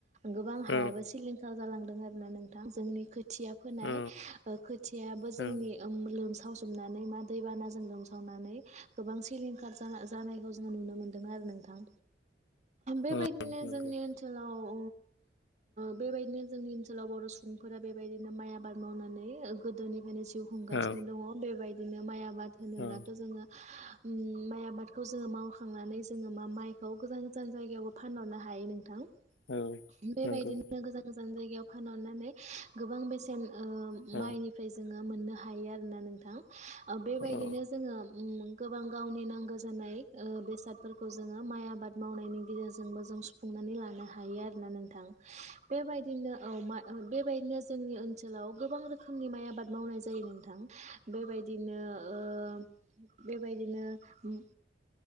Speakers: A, on the right; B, on the left.
A: गोबां हायाबो
B: औ
A: सिलिं खार जालांदों आरो ना नोंथां। जोंनि खोथिया फोनाय
B: औ
A: ओ खोथियायाबो जोंनि
B: औ
A: लोमसाव सावजोबनानै मा दैबानाजों लोमसावनानै गोबां सिलिंखार जा-जानायखौ जों नुनो मोनदों आरो नोंथां। बेबायदिनो
B: औ नंगौ
A: जोंनि ओनसोलाव बेबायदिनो जोंनि ओनसोलाव बर' सुबुंफोरा बेबायदिनो माइ आबाद मावनानै गोदोनिफ्रायनो जिउ खुंगासिनो
B: औ
A: दंङ बेबायदि बिदिनो माइ आब आबाद होनोब्लाथ'
B: औ
A: जोङो माइ आबादखौ जोङो मावखांनानै जोङो मा माइखौ गोजान गोजान जायगायावबो फानहरनो हायो नोंथां बेबायदिनो
B: औ नंगौ
A: गोजान गोजान जान जायगायाव फानहरनानै गोबां बेसेन आ
B: औ
A: माइनिफ्राय जोङो मोननो हायो आरोना नोंथां अ बेबायदिनो
B: ओ
A: जोङो ओम गोबां गावनि नांगौ जानाय बेसादफोरखौ जोङो माइ आबाद मावनायनि गेजेरजोंबो जों सुफुंनानै लानो हायो आरोना नों थां बेबायदिनो औ मा औ बेबायदिनो जोंनि ओनसोलाव गोबां रोखोमनि माइ आबाद मावनाय जायो नोंथां बेबायदि दिनो ओ बेबायदिनोओम